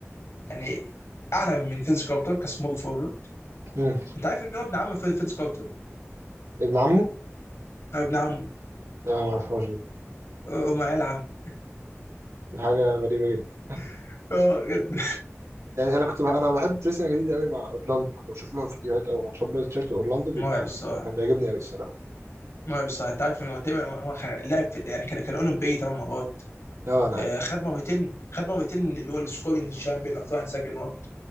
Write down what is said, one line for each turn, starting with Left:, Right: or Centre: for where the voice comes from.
Left: يعني اعلى من فينس كارتر كسمول فورورد
Right: امم
Left: انت عارف ان هو ابن عم فينس كارتر
Right: ابن عمه؟
Left: ابن عمه
Right: لا ما اعرفهاش دي
Left: هم عيال عم
Right: دي حاجه غريبه جدا
Left: <laughs> اه جد
Right: يعني انا كنت بح انا بحب تريسينج جديد قوي مع اورلاندو لما بشوف لهم فيديوهات او ماتشات بايظ تيشيرت اورلاندو بيبقى
Left: <laughs> مرعب الصراحه
Right: كان بيعجبني قوي الصراحه
Left: مرعب الصراحه انت عارف انه تقريبا هو خ- لعب في يعني كان كان اولمبي ثمان مرات
Right: اه انا عارف
Left: آه، خد مرتين خد مرتين اللي هو السكورينج شامبيون اكتر واحد سجل نقط